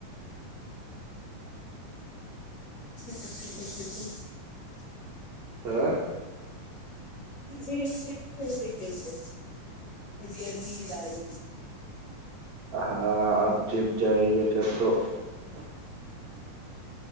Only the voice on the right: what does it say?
آ <unintelligible>
ہاں آپ جب جائیے پھر تو <unintelligible>